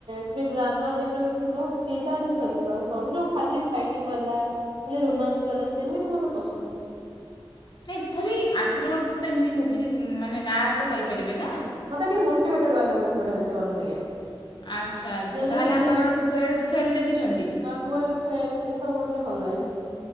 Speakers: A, on the right; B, on the left.
A: ଟିକେ ଡ୍ରାମା ଟାଇପିର ବି ଥିବ ତିନଟା ଜିନଷ ଥିବ ଆଉ ସବୁ ଯୋଉ ଖାଲି ଫାଇଟିଂ ବାଲା ଖାଲି ରୋମାନ୍ସ ବାଲା ସେମିତି ମତେ ପସନ୍ଦ ନୁହଁ।
B: ନାଇଁ ତଥାପି ଆଖିରୁ ଗୋଟେ ତ ଏମିତି ମୁଭି ଯ ଉଁ ମାନେ ନାଁ ତ କହି ପାରିବେ ନା।
A: ମତେ ଟିକେ ମୋଟିଭେଟେଡ୍ ବାଲା ମୁଭି ଗୁଡା ବେଶୀ ଭଲ ଲାଗେ।
B: ଆଚ୍ଛା ଆଚ୍ଛା
A: ଯେମିତି
B: ତାହେଲେ
A: କି ଥ୍ରୀ
B: ଆପଣ ଟୁଏଲଥ୍ ଫେଲ୍ ଦେଖିଚନ୍ତି?
A: ଟୁଏଲ ଫେଲ୍ ଏସବୁ ଟିକେ ଭଲ ଲାଗେ